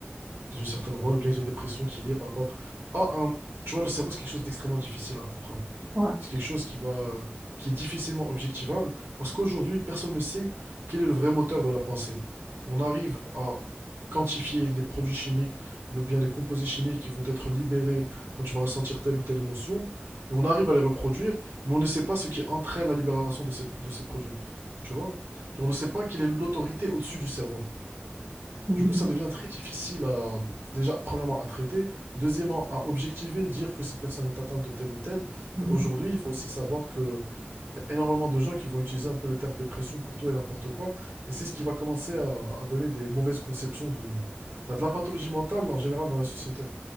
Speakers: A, on the right; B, on the right.
A: d'une certaine hormone, ou bien ils ont une dépression qui est liée par rapport à un... Tu vois, le cerveau, c'est quelque chose d'extrêmement difficile à comprendre.
B: Ouais.
A: C'est quelque chose qui va, qui est difficilement objectivable parce qu'aujourd'hui, personne ne sait quel est le vrai moteur de la pensée. On arrive à quantifier les produits chimiques ou bien les composés chimiques qui vont être libérés quand tu vas ressentir telle ou telle émotion et on arrive à les reproduire, mais on ne sait pas ce qui entraîne la libération de ces, de ces produits. Tu vois? Genre, on ne sait pas quelle est l'autorité au-dessus du cerveau.
B: Mhm.
A: Du coup, ça devient très difficile à, déjà, premièrement, à traiter, deuxièmement, à objectiver, dire que cette personne est atteinte de tel ou tel.
B: Mhm.
A: Et aujourd'hui, il faut aussi savoir qu'il y a énormément de gens qui vont utiliser un peu le terme dépression pour tout et n'importe quoi. Et c'est ce qui va commencer à, à donner des mauvaises conceptions de, bah, de la pathologie mentale en général dans la société.